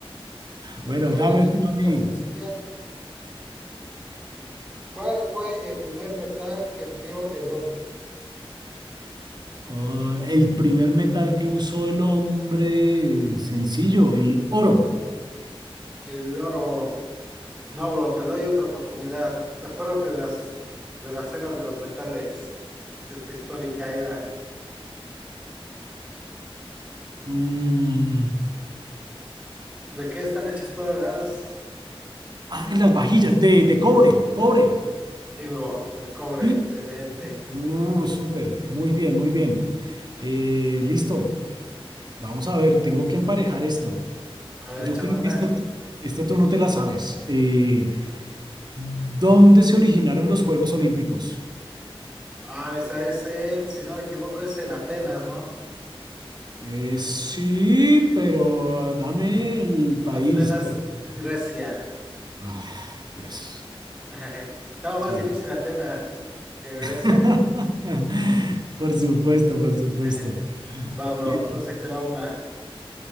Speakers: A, on the right (about 45°); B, in the centre.
A: Bueno,
B: A ver,
A: dame
B: yo te
A: tú
B: echo
A: a
B: una
A: mí.
B: sencilla. ¿Cuál fue el primer metal que empleó el hombre?
A: Ah, el primer metal que usó el hombre sencillo, el oro.
B: El oro. No, bro, te doy otra oportunidad. Acuérdate de las, de las eras de los metales, que esta histórica era.
A: Mm,
B: ¿De qué están hechas todas las?
A: ah, las vajillas de, de cobre, cobre.
B: Sí, bro, el cobre,
A: ¿Sí?
B: excelente.
A: Uh, súper, muy bien, muy bien. Eh, listo. Vamos a ver, tengo que emparejar esto.
B: A ver,
A: Yo
B: échame
A: creo
B: una.
A: que esta, tú- esta tú no te la sabes. Eh, ¿dónde se originaron los Juegos Olímpicos?
B: Ah, esa es en, si no me equivoco, es en Atenas, ¿no?
A: Eh, sí, pero dame el país,
B: Atenas,
A: por favor.
B: Grecia.
A: Ah, Dios.
B: <laughs> Estaba más
A: Sí.
B: difícil Atenas que Grecia.
A: <laughs> Por supuesto, por supuesto.
B: <laughs> Ajá. Va, bro,
A: Listo.
B: entonces ahí te va una.